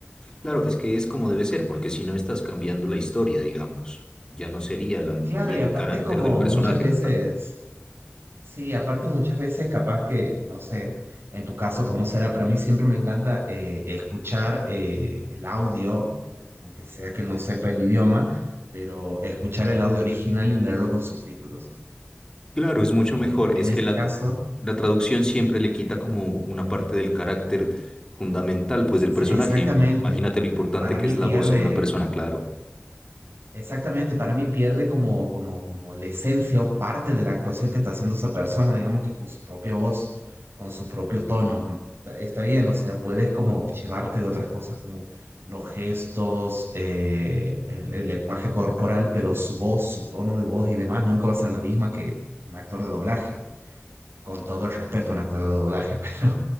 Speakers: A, on the left; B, on the right.
A: Claro, es que es como debe ser, porque si no estás cambiando la historia, digamos, ya no sería la,
B: Claro,
A: y
B: y
A: el
B: aparte
A: carácter
B: es como
A: del personaje
B: muchas veces
A: total.
B: Sí, aparte muchas veces capaz que, no sé, en tu caso cómo será, pero a mí siempre me encanta eh, escuchar eh, el audio, aunque sea que no sepa el idioma, pero escuchar el audio original y leerlo con subtítulos.
A: Claro, es mucho
B: Eh,
A: mejor. Es
B: en este
A: que la,
B: caso,
A: la traducción siempre le quita como una parte del carácter fundamental, pues,
B: sí,
A: del personaje.
B: exactamente,
A: Im- Imagínate lo importante
B: para
A: que
B: mí
A: es
B: pierde,
A: la voz en una persona, claro.
B: Exactamente, para mí pierde como, como, como la esencia o parte de la actuación que está haciendo esa persona, digamos que con su propia voz, con su propio tono. Está está bien, o sea, puedes como llevarte de otras cosas como los gestos, eh, el, el lenguaje corporal, pero su voz, su tono de voz y demás nunca va a ser la misma que un actor de doblaje, con todo el respeto a un actor de doblaje. <laughs>